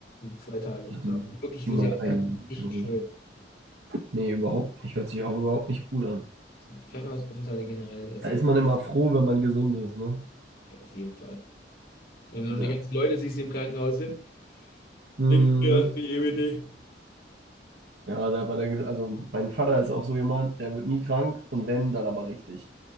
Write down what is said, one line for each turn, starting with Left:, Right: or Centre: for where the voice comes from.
Left: Zwei Tage.
Right: Ich hatte maximal
Left: Und wirklich, muss ich auch sagen,
Right: eine Nacht,
Left: nicht
Right: glaube
Left: schön.
Right: ich. Nee, überhaupt nicht. Hört sich auch überhaupt nicht gut an.
Left: Die Krankenhausaufenthalte generell esse.
Right: Da ist man immer froh, wenn man gesund ist, ne?
Left: Ja, auf jeden Fall. Wenn du
Right: Ja.
Left: die ganzen Leute siehst, die im Krankenhaus sind,
Right: Mhm.
Left: ich stehe auf die EWD.
Right: Ja, da war der, Ge- also mein Vater ist auch so jemand, der wird nie krank und wenn, dann aber richtig.